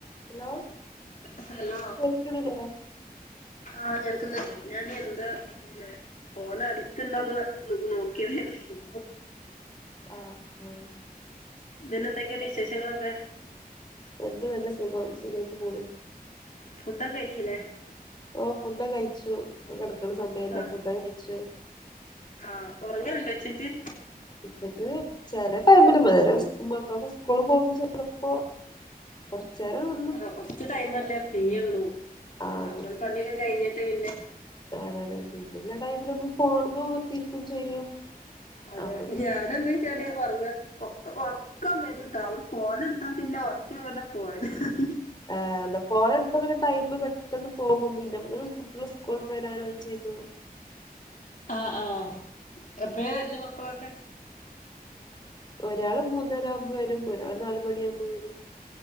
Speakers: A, on the left; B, on the left.
A: ഹലോ
B: ഹലോ
A: കേൾക്ക്ണില്ലേ?
B: ആഹ് കേൾക്കുന്ന്ണ്ട്. ഞാൻ എന്താ പിന്നെ ഫോണ് അടിക്ക്ണ്ടോന്ന് ന് നോക്കിയതേര്ന്നു.
A: ആഹ് ആഹ്.
B: പിന്നെ എന്തൊക്കെണ്ട് വിശേഷങ്ങളൊക്കെ?
A: എന്ത് നല്ല സുഖം സുഖായിറ്റ് പോണ്.
B: ഫുഡൊക്കെ കഴിച്ചീലേ?
A: ഓഹ് ഫുടൊക്കഴിച്ചു ഇപ്പ കെട്ക്ക്ണെ സമയല്ലേ
B: ആഹ്
A: ഫു‌ഡോക്കഴിച്ചു.
B: ആഹ് ഒറങ്ങൽണ്ടോ ഉച്ചക്ക്?
A: ഉച്ചക്ക് ചെല ടൈമില്. <unintelligible> മക്കളൊക്കെ സ്കൂള് പോകുമ്പോ ചെലപ്പോ. കൊർച്ചേരം
B: ആഹ് കൊർച്ച് ടൈമല്ലേ ഫ്രീയൊള്ളൂ.
A: ആഹ്
B: അമ്മള്
A: കൊറ
B: പണിയൊക്കെ കഴിഞ്ഞിട്ട് പിന്നെ
A: അതാണ് പിന്നെല്ല ടൈമിൽ നമ്മൾ ഫോണ് മെ കുത്തി ഇരിക്കും ചെയ്യും.
B: അതെ
A: അപ്പൊ
B: ഞാൻ എന്തെയ്ച്ചാല് ഒർങ്ങാ ഒ ഒർക്കം വരുംട്ടോ ഫോണ് ഇട്ത്താ പിന്നെ ഒർക്ക് എങ്ങട്ടാ പോയത് അറീല.
A: ഏഹ് എന്താ ഫോണ് ഇട്ത്താ പിന്നെ ടൈമ് പെട്ടെന്ന് പോകും പിന്നെ അപ്പോത്തിനും കുട്ട്യെള് സ്‌ക് കൂൾ വിട്ട് വരാനായിം ചെയ്തു.
B: ആഹ് ആഹ് എപ്പഴാ വര്ല് മക്കളൊക്കെ?
A: ഒരാള് മൂന്നരാവുമ്പോ വരും ഒരാള് നാല് മണിയാവുമ്പോ വരും.